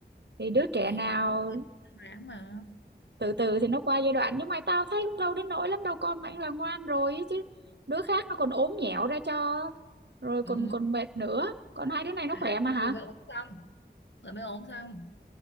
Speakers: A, on the right (about 70°); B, on the left (about 85°).
A: thì đứa trẻ
B: thì
A: nào
B: đó em ráng mà
A: từ từ thì nó qua giai đoạn nhưng mà tao thấy cũng đâu đến nỗi lắm đâu con mày là ngoan rồi ấy chứ đứa khác nó còn ốm nhẹo ra cho rồi còn
B: ừ
A: còn mệt nữa còn hai đứa này nó
B: à,
A: khỏe mà
B: thì
A: hả
B: vừa mới ốm xong vừa mới ốm xong